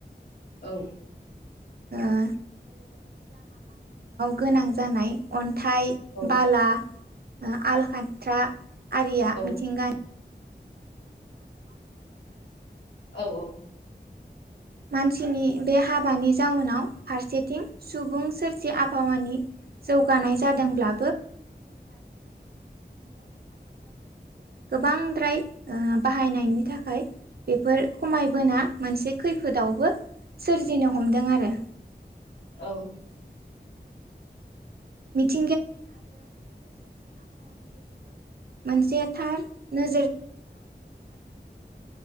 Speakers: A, on the left (about 80°); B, on the right (about 60°).
A: औ
B: ओ गोनां जानाय अन्थाइ
A: औ
B: बाला ओ आल खाथ्रा आरिया
A: औ
B: मिथिंगा
A: औ औ
B: मानसिनि बे हाबानि जाउनाव फारसेथिं सुबुं सोरजि आबहावानि जौगा गोबांद्राय ओ बाहायनायनि थाखाय बेफोर खमायबोना मोनसे खैफोदावबो सोरजिनो हमदों आरो
A: औ
B: मिथ मोनसे थार नो